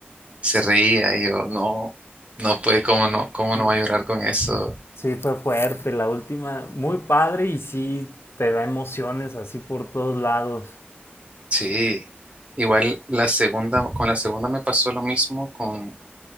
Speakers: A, on the right (about 30°); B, on the left (about 85°).
A: Y se reía y yo, no, no puede, ¿cómo no, cómo
B: No,
A: no va a llorar con eso?
B: Sí, fue fuerte la última. Muy padre y sí te da emociones así por todos lados.
A: Sí, igual la segunda, con la segunda me pasó lo mismo con,